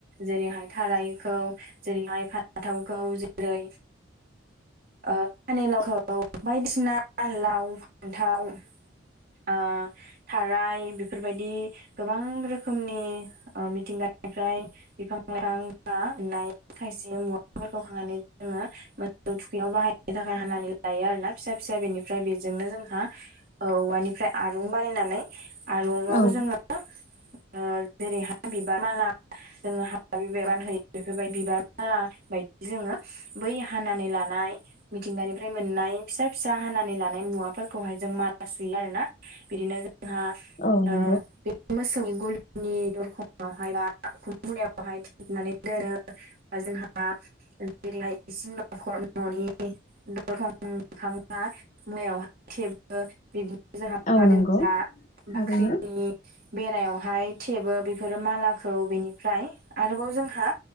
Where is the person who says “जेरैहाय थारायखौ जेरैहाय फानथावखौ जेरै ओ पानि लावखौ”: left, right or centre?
Right